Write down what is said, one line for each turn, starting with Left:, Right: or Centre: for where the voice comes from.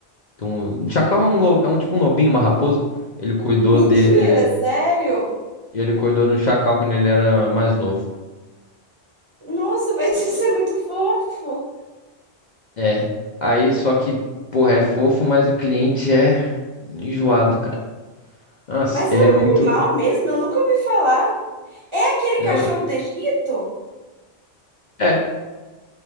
Left: Então, chacal é um, lo- é um tipo um lobinho, uma raposa. Ele cuidou
Right: Mentira,
Left: de, é,
Right: sério?
Left: ele cuidou de um chacal quando ele era mais novo.
Right: Nossa, mas <laughs> isso é muito fofo.
Left: É. Aí, só que, porra, é fofo, mas o cliente é enjoado, cara. Nossa,
Right: Mas
Left: ele
Right: é um
Left: é muito.
Right: animal mesmo? Eu nunca ouvi falar. É aquele
Left: É,
Right: cachorro
Left: ué.
Right: do Egito?
Left: É.